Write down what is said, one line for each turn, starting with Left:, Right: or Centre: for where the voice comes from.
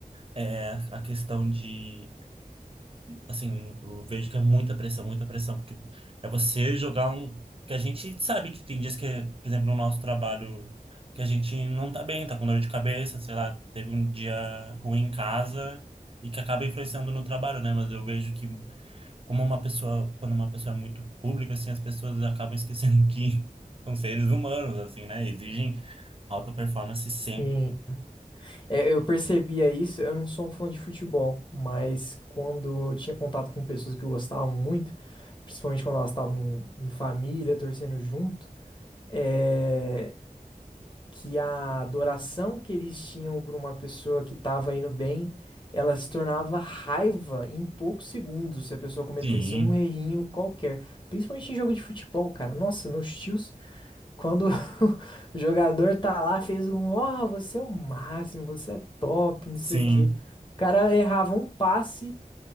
Right: é a questão de, assim, eu vejo que é muita pressão, muita pressão, porque é você jogar um, que a gente sabe que tem dias que, por exemplo, no nosso trabalho, que a gente não tá bem, tá com dor de cabeça, sei lá, teve um dia ruim em casa e que acaba influenciando no trabalho, né? Mas eu vejo que como uma pessoa, quando uma pessoa é muito pública, assim, as pessoas acabam esquecendo que <laughs> são seres humanos, assim, né? Exigem alta performance sempre.
Left: Sim. É, eu percebia isso, eu não sou um fã de futebol, mas quando eu tinha contato com pessoas que gostavam muito, principalmente quando elas estavam em família, torcendo junto, é, que a adoração que eles tinham por uma pessoa que estava indo bem, ela se tornava raiva em poucos segundos se a pessoa cometesse
Right: Sim,
Left: um errinho qualquer, principalmente em jogo de futebol, cara. Nossa, meus tios. Quando <laughs> o jogador tá lá, fez um, ó, você é o máximo, você é top, não
Right: sim.
Left: sei o quê. O cara errava um passe,